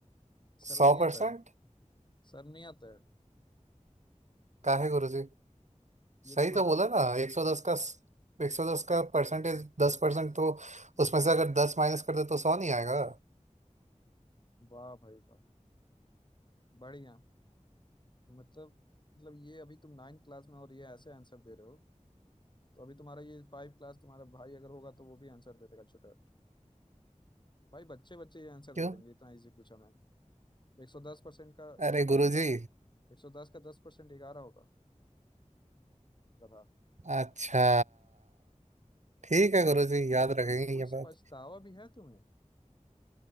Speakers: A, on the left; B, on the right.
A: शर्म
B: सौ
A: नहीं आता
B: परसेंट
A: है शर्म नहीं आता है
B: का है गुरु जी
A: ये
B: सही
A: तुम्हारा
B: तो बोला ना एक सौ दस का एक सौ दस का परसेंटेज दस परसेंट तो उसमें से अगर दस माइनस कर दे तो सौ नहीं आएगा
A: वाह भाई वाह बढ़िया मतलब मतलब ये अभी तुम नाइन्थ क्लास में हो और ये ऐसे आंसर दे रहे हो तो अभी तुम्हारा ये फाइव क्लास तुम्हारा भाई अगर होगा तो वो भी आंसर दे देगा छोटा भाई बच्चे बच्चे ये आंसर
B: क्यों
A: दे देंगे इतना इजी पूछा मैंने एक सौ दस परसेंट का
B: अरे
A: एक सौ
B: गुरु
A: दस का
B: जी
A: एक सौ दस का दस परसेंट ग्यारह होगा गधा
B: अच्छा ठीक है गुरु जी याद रखेंगे
A: और कुछ
B: ये बात
A: पछतावा भी है तुम्हें